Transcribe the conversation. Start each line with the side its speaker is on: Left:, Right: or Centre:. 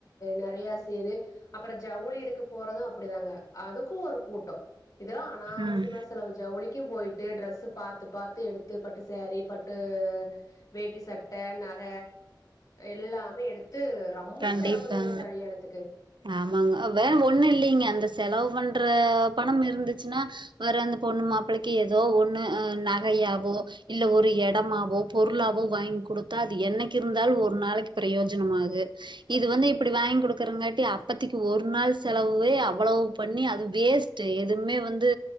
Left: நெறைய சீரு அப்புறோ ஜவுளி எடுக்க போறது அப்படிதாங்க அதுக்கு ஒரு கூட்டோ இதுலா அனாவசியமான
Right: ம்.
Left: செலவு ஜவுளிக்கு போய் டு ட்ரெஸ் பாத்து பாத்து எடுத்து பட்டு சேரி பட்டு வேட்டி சட்ட நக எ எல்லாமே எடுத் த்து ரொம்ப
Right: கண்டிப்பாங்க.
Left: செலவு தானுங்க கல்யாணத்துக்கு
Right: ஆமாங்க வேற ஒண்ணு இல்லைங்க அந்த செலவு பண்ற பணம் இருந்துச்சுன்னா வேற அந்த பொண்ணு மாப்பிள்ளைக்கு ஏதோ ஒண்ணு நகையாவோ இல்ல ஒரு எடமாவோ பொருளாவோ வாங்கி குடுத்தா அது என்னைக்கு இருந்தாலு ஒரு நாளைக்கி பிரயோஜனமாகு இது வந்து இப்படி வாங்கி குடுக்குறங்காட் அப்பத்தைக்கி ஒரு நாள் செலவே அவ்வளவு பண்ணி அது வேஸ்ட் எதுவுமே வந்து